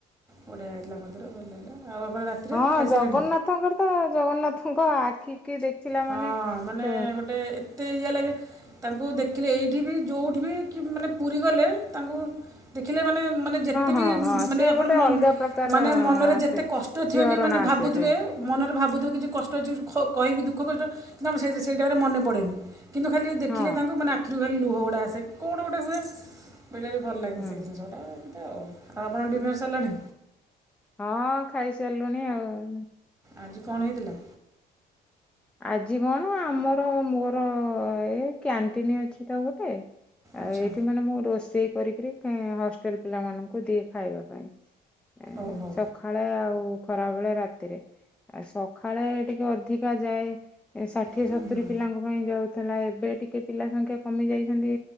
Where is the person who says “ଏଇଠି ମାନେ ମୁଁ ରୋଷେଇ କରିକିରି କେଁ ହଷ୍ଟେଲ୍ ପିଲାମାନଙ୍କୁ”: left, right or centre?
Centre